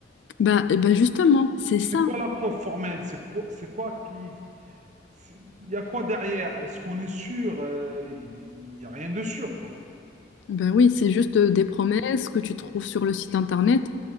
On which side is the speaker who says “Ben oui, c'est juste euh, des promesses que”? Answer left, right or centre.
Left